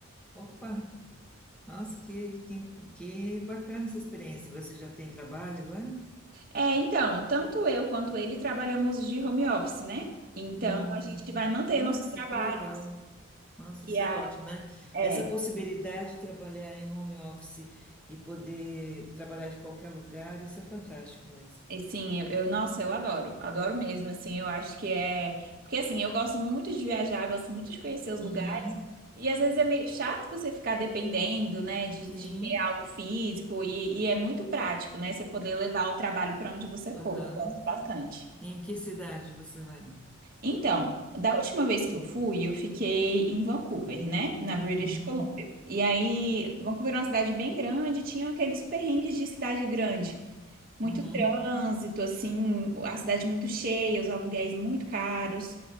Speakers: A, in the centre; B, on the right.
A: Opa. Nossa, que, que, que bacana essa experiência. Você já tem trabalho lá?
B: É, então, tanto eu quanto ele trabalhamos de home office, né? Então
A: Hum.
B: a gente vai manter
A: Nossa,
B: nossos trabalhos.
A: que legal. Nossa,
B: E
A: isso
B: aí,
A: é ótimo, né?
B: é,
A: Essa possibilidade de trabalhar em home office e poder trabalhar de qualquer lugar, isso é fantástico mesmo.
B: E sim, eu, eu- nossa, eu adoro, adoro mesmo, assim, eu acho que é, porque assim, eu gosto muito de viajar, gosto muito de conhecer os lugares,
A: Uhum.
B: e às vezes é meio chato você ficar dependendo, né, de,
A: Sim.
B: de ter algo físico, e, e é muito prático, né, você poder levar o trabalho para onde você
A: Aham.
B: for, eu gosto bastante.
A: Em que cidade você vai?
B: Então, da última vez que eu fui, eu fiquei em Vancouver, né, na British
A: Uhum.
B: Columbia, e aí, Vancouver é uma cidade bem grande, tinha aqueles perrengues de cidade grande, muito
A: Uhum.
B: trânsito, assim, a cidade muito cheia, os aluguéis muito caros.